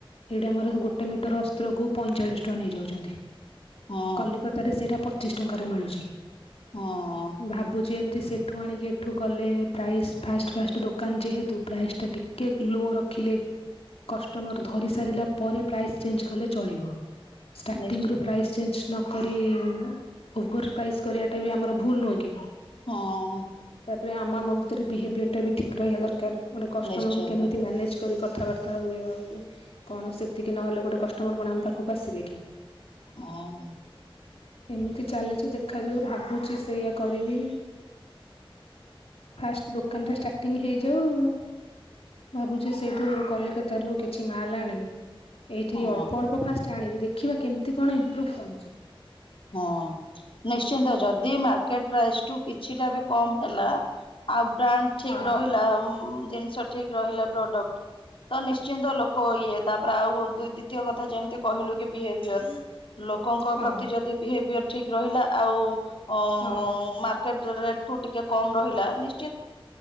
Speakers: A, on the left; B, on the left.
A: ଏଇଠି ଆମର ଗୋଟେ ମିଟର ଅସ୍ତ୍ରକୁୁ ପଇଁଚାଳିଶ ଟଙ୍କା ନେଇ ଯାଉଛନ୍ତି।
B: ହଁ
A: କଲିକତାରେ ସେଇଟା ପଚିଶ ଟଙ୍କାରେ ମିଳୁଛି।
B: ହଁ
A: ଭାବୁଛି ଏ ସେଠୁ ଆଣିକି ଏଠୁ କଲେ ପ୍ରାଇସ୍ ଫାଷ୍ଟ ଫାଷ୍ଟ ଦୋକାନ ଯେହେତୁ ପ୍ରାଇସ୍ଟା ଟିକେ ଲୋ ରଖିଲେ <unintelligible> କଷ୍ଟମର ଧରି ସାରିଲା ପରେ ପ୍ରାଇସ୍ ଚେଞ୍ଜ କଲେ ଚଳିବ। ଷ୍ଟାର୍ଟିଂରୁୁ
B: ନିଶ୍ଚିନ୍ତ
A: ପ୍ରାଇସ୍ ଚେଞ୍ଜ ନକରି ଉଭର ପ୍ରାଇସ୍ କରିବାଟା ବି ଆମର ଭୁଲ ନୁହେଁ କି
B: ହଁ
A: ତ ରେ ଆମ ଆମ ଭିତରେ ବିହେବିଅର ଟା ବି ଠିକ୍ ରହିବା ଦରକାର। ଗୋଟେ କଷ୍ଟମରକୁ
B: ନିଶ୍ଚିନ୍ତ
A: କେମିତି ମ୍ୟାନେଜ୍ କରି କଥାବାର୍ତ୍ତା ତାଉ କଣ ସେତିକି ନହେଲେ ଗୋଟେ କଷ୍ଟମର୍ କଣ ଆମ ପାଖକୁ ଆସିବେ କି?
B: ହଁ।
A: ଏମିତି ଚାଲିଛି ଦେଖାଯାଉ ଭାବୁଛି ସେଇୟା କରିବି। ଫାଷ୍ଟ ଦୋକାନ ଟା ଷ୍ଟାର୍ଟିଂ ହେଇଯାଉ ଭାବୁଛି ସେଇଠୁ କଲିକତାରୁ କିଛି ମାଲ୍ ଆଣି ଏଇଠି
B: ହଁ
A: ଅଳ୍ପ ଅଳ୍ପ ଫାଷ୍ଟ ଆଣିବି ଦେଖିବା କେମିତି କଣ ଇମ୍ପ୍ରୁଭ ହଉଛି।
B: ହଁ ନିଶ୍ଚିନ୍ତ ଯଦି ମାର୍କେଟ ପ୍ରାଇସ ଠୁ କିଛିଟା ବି କମ ହେଲା ଆଉ ବ୍ରାଣ୍ଡ ଠିକ
A: ହଁ
B: ରହିଲା ଜିନିଷ ଠିକ ରହିଲା ପ୍ରଡକ୍ଟ ତ ନିଶ୍ଚିନ୍ତ ଲୋକ ଇଏ ତାପରେ ଆଉ ଦ୍ଵିତୀୟ କଥା ଯେମିତି କହିଲୁ କି ବିହେଭିୟର ଲୋକଙ୍କ
A: ହଁ
B: ପ୍ରତି ଯଦି ବିହେଭିୟର ଠିକ ରହିଲା ଆଉ ଉ
A: ହଁ।
B: ମା <unintelligible> ରେଟ ଠୁ ଟିକେ କମ୍ ରହିଲା ନି